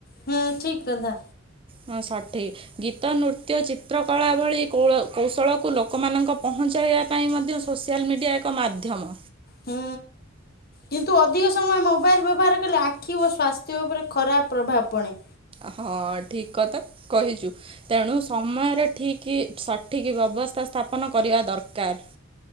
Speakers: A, on the left; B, on the right.
A: ହୁଁ ଠିକ୍ କଥା
B: ହଁ ସଠିକ ଗୀତ ନୃତ୍ୟ ଚିତ୍ରକଳା ଭଳି କୌଲ କୌଶଳ କୁ ଲୋକମାନଙ୍କ ପହଞ୍ଚାଇବା ପାଇଁ ମଧ୍ୟ ସୋସିଆଲ୍ ମିଡ଼ିଆ ଏକ ମାଧ୍ୟମ।
A: ହୁଁ। କିନ୍ତୁ ଅଧିକ ସମୟ ମୋବାଇଲ ବ୍ୟବହାର କଲେ ଆଖି ଓ ସ୍ୱାସ୍ଥ୍ୟ ଉପରେ ଖରାପ ପ୍ରଭାବ ପଡ଼େ।
B: ହଁ ଠିକ କଥା କହିଛୁ। ତେଣୁ ସମୟରେ ଠିକ୍ ସଠିକ୍ ବ୍ୟବସ୍ଥା ସ୍ଥାପନ କରିବା ଦରକାର।